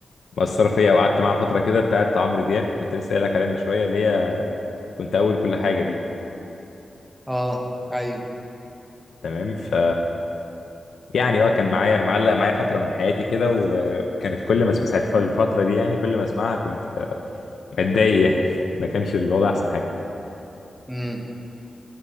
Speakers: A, on the left; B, in the centre.
A: مؤثره فيا وقعدت معاها فتره كده بتاعت عمرو دياب كنت لسه قايل لك عليها من شويه اللي هي كنت اول كل حاجه دي
B: اه ايوه
A: تمام ف يعني اه كان معايا معلق معايا فترة من حياتي كده وكانت كل ما اسمع في الفترة دي يعني كل ما اسمعها كنت متضايق يعني <laughs> ما كانش الوضع أحسن حاجة
B: امم